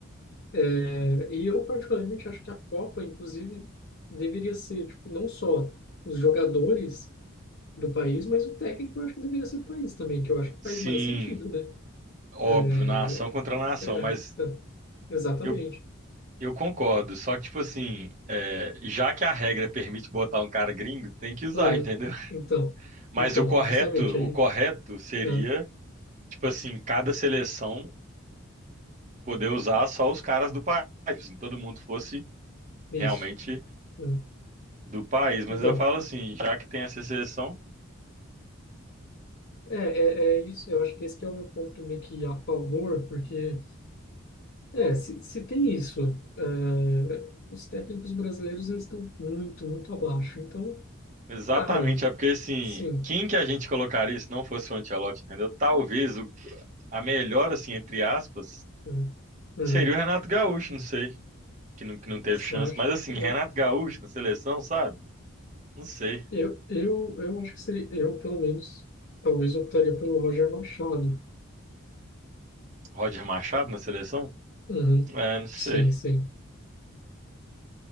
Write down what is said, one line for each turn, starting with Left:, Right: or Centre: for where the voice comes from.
Left: É, e eu particularmente acho que a Copa, inclusive, deveria ser, tipo, não só os jogadores do país, mas o técnico eu acho que deveria ser do país também, que eu acho que
Right: sim,
Left: faz mais sentido, né?
Right: óbvio,
Left: É,
Right: nação contra nação,
Left: é,
Right: mas
Left: é, exatamente.
Right: eu, eu concordo. Só que, tipo assim, é, já que a regra permite botar um cara gringo, tem que usar,
Left: Uhum.
Right: entendeu?
Left: Então,
Right: Mas
Left: então,
Right: o correto,
Left: justamente aí,
Right: o correto seria,
Left: né?
Right: tipo assim, cada seleção poder usar só os caras do país, assim, todo mundo fosse
Left: Isso.
Right: realmente
Left: Uhum.
Right: do país. Mas
Left: Então,
Right: eu falo assim, já que tem essa seleção,
Left: é, é, é isso. Eu acho que esse que é o meu ponto meio que a favor, porque É, se, se tem isso, é, os técnicos brasileiros eles estão muito, muito abaixo. Então,
Right: exatamente,
Left: cara,
Right: é porque assim,
Left: sim.
Right: quem que a gente colocaria se não fosse o Ancelotti, entendeu? Talvez o- a melhor, assim, entre aspas,
Left: né? Uhum.
Right: seria o Renato Gaúcho, não sei, que não, que não teve
Left: Você
Right: chance.
Left: acha?
Right: Mas assim,
Left: Eu,
Right: Renato Gaúcho na seleção, sabe? Não sei.
Left: eu, eu, eu acho que seria, eu pelo menos, talvez optaria pelo Roger Machado.
Right: Roger Machado na seleção?
Left: Uhum.
Right: É, não sei.
Left: Sim, sim.